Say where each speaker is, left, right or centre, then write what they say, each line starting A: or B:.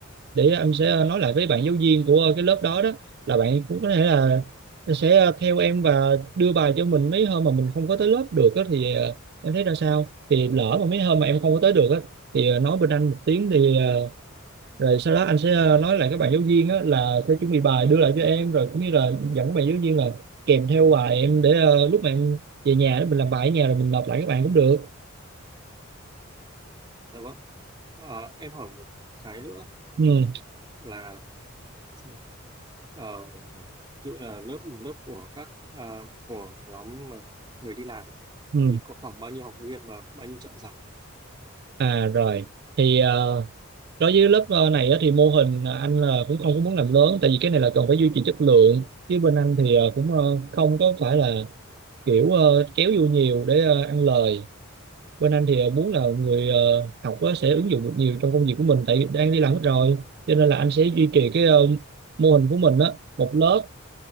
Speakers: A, on the right (about 50°); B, on the right (about 20°).
A: để em sẽ ờ, nói lại với bạn giáo viên của ờ, cái lớp đó đó là bạn cũng có thể là sẽ ờ, theo em và đưa bài cho mình mấy hôm mà mình không có tới lớp được á, thì ờ, em thấy ra sao thì lỡ mà mấy hôm mà em không có tới được á, thì ờ, nói bên anh một tiếng thì ờ, rồi sau đó anh sẽ ờ, nói lại các bạn giáo viên á, là sẽ chuẩn bị bài đưa lại cho em rồi cũng như là dẫn các bạn giáo viên là kèm theo bài em để ờ, lúc mà em về nhà đó, mình làm bài ở nhà rồi mình nộp lại các bạn cũng được
B: dạ vâng à, em hỏi một cái nữa
A: ừ,
B: là xem nào, ờ, ví dụ là lớp một lớp của các à, của nhóm mà người đi làm ấy,
A: ừ.
B: thì có khoảng bao nhiêu học viên và có bao nhiêu trợ giảng ạ?
A: à rồi thì ờ, đối với lớp ờ, này á, thì mô hình ờ, anh là cũng không có muốn làm lớn tại vì cái này là cần phải duy trì chất lượng chứ bên anh thì ờ, cũng ờ, không có phải là kiểu ờ, kéo vô nhiều để ờ, ăn lời bên anh thì ờ, muốn là người ờ, học á, sẽ ứng dụng được nhiều trong công việc của mình tại vì đang đi làm hết rồi cho nên là anh sẽ duy trì cái ờ, mô hình của mình á một lớp